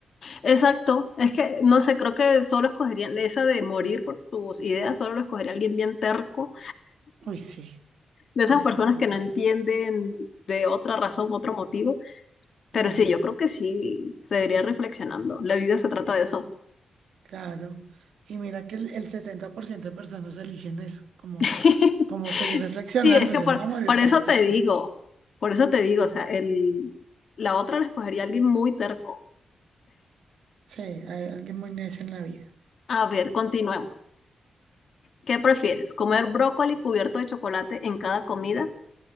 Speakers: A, on the left (about 55°); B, on the right (about 85°).
A: exacto. Es que, no sé, creo que solo escogerían esa de morir por tus ideas, solo lo escogería alguien bien terco,
B: Uy, sí.
A: de esas
B: Uy,
A: personas
B: sí, total.
A: que no entienden de otra razón, otro motivo. Pero
B: Mm.
A: sí, yo creo que sí, seguiría reflexionando. La vida se trata de eso.
B: Claro, y mira que el, el 70% de personas eligen eso, como,
A: <laughs>
B: como seguir reflexionando,
A: Sí, es que
B: yo
A: por,
B: no me voy a morir
A: por
B: por,
A: eso te
B: por sí.
A: digo, por eso te digo, o sea, el, la otra la escogería alguien muy terco.
B: Sí, hay alguien muy necio en la vida.
A: A ver, continuemos. ¿Qué prefieres? ¿Comer brócoli cubierto de chocolate en cada comida